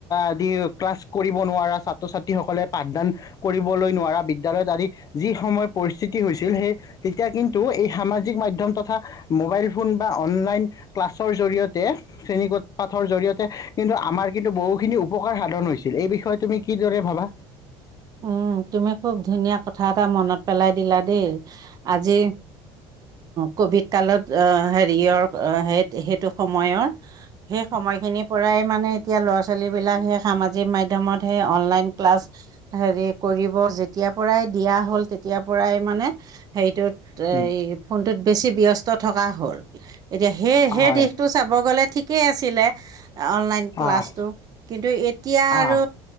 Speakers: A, on the left; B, on the right.
A: আদি ক্লাছ কৰিব নোৱাৰা ছাত্ৰ ছাত্ৰীসকলে পাঠদান কৰিবলৈ নোৱাৰা বিদ্যালয়ত আদি যি সময় পৰিস্থিতি হৈছিল সেই তেতিয়া কিন্তু এই সামাজিক মাধ্যম তথা মোবাইল ফোন বা অনলাইন ক্লাছৰ জৰিয়তে শ্ৰেণীকোট পাঠৰ জৰিয়তে কিন্তু আমাৰ কিন্তু বহুখিনি উপকাৰ সাধন হৈছিল এই বিষয়ে তুমি কিদৰে ভাবা?
B: উম তুমি খুব ধুনীয়া কথা কথা এটা মনত পেলাই দিলা দেই আজি কভিড কালত আহ হেৰিয়ৰ সেই সেইটো সময়ৰ সেই সময়খিনিৰ পৰাই মানে এতিয়া ল'ৰা ছোৱালী বিলাক সেই সামাজিক মাধ্যমত সেই অনলাইন ক্লাছ হেৰি কৰিব যেতিয়াৰ পৰাই দিয়া হ'ল তেতিয়াৰ পৰাই মানে হেটোত এ
A: উম,
B: এই ফোনটোত বেছি ব্যস্ত থকা হ'ল এতিয়া সেই সেই
A: হয়
B: দিশটো চাব গলে ঠিকেই আছিলে অনলাইন ক্লাছটো
A: অঁ
B: কিন্তু এতিয়া আৰু
A: অঁ